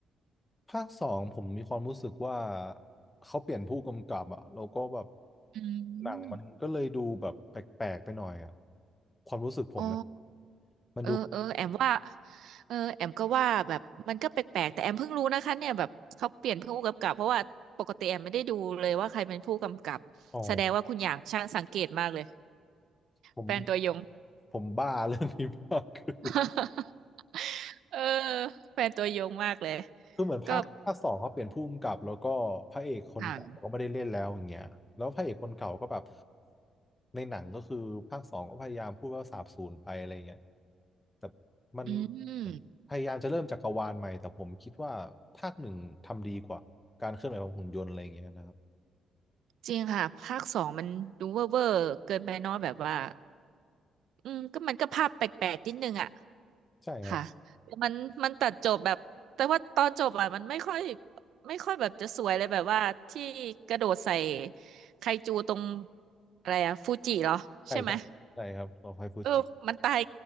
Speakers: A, on the left (about 20°); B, on the right (about 75°).
A: ๆภาคสองผมมีความรู้สึกว่าเขาเปลี่ยนผู้กำกับอะแล้วก็แบบ
B: อื
A: หนังมันก็เลยดูแบบแปลกๆไปหน่อยอะ
B: ม
A: ความรู้สึกผมนะ
B: อ๋อ
A: มันดู
B: เออเออแอมว่าเออแอมก็ว่าแบบมันก็แปลกๆแต่แอมเพิ่งรู้นะคะเนี่ยแบบเขาเปลี่ยนผู้กำกับเพราะว่าปกติแอมไม่ได้ดูเลยว่าใครเป็นผู้กำกับแสดงว่าคุณอยากช่างสังเกตมากเลย
A: อ๋อผม
B: แฟนตัวยง
A: ผมบ้าเรื่องนี้มากคือ
B: <laughs> เออแฟนตัวยงมากเลย
A: คือเหมือนภาคภาคสองเขาเปลี่ยนผู้กำกับแล้วก็พระเอกคนเก่าก็ไม่ได้เล่นแล้วอย่างเงี้ยแล้วพระเอกคนเก่าก็แบบ
B: ก็ค่ะ
A: ในหนังก็คือภาคสองก็พยายามพูดว่าสาบสูญไปอะไรเงี้ยแต่มัน
B: อืม
A: พยายามจะเริ่มจักรวาลใหม่แต่ผมคิดว่าภาคหนึ่งทำดีกว่าการเคลื่อนไหวของหุ่นยนต์อะไรเงี้ยนะครับ
B: จริงค่ะภาคสองมันดูเวอร์เวอร์เกินไปเนอยแบบว่าอืมก็มันก็ภาพแปลกๆนิดนึงอ่ะ
A: ใช่ครับ
B: ค่ะแต่มันมันตัดจบแบบแต่ว่าตอนจบอ่ะมันไม่ค่อยไม่ค่อยแบบจะสวยเลยแบบว่าที่กระโดดใส่ไคจูตรงอะไรอ่ะฟูจิเหรอใช่ไหม
A: ใช่ใช่ใช่ครับรอคอยฟูจิ
B: เออมันตาย